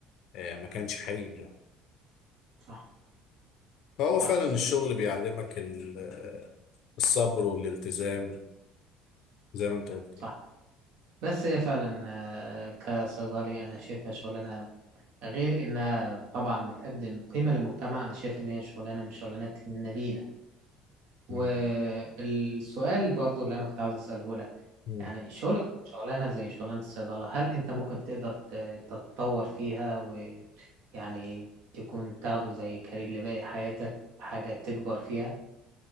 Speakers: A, on the left; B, on the right.
A: آه، ما كانش حقيقي يعني
B: صح
A: فهو فعلا
B: صح
A: الشغل بيعلمك ال- آه، الصبر والالتزام زي ما انت قلت
B: صح
A: يعني.
B: بس هي فعلا آه، كصيدلي انا شايفها شغلانة غير انها طبعا بتقدم قيمة للمجتمع انا شايف ان هي شغلانة من الشغلانات النبيلة والسؤال
A: مم.
B: برضو اللي انا كنت عاوز اساله لك
A: مم.
B: يعني شغل شغلانة زي شغلانة الصيدلة هل أنت ممكن تقدر ت- تتطور فيها ويعني تكون تاخده زي كارير لباقي حياتك حاجة تكبر فيها؟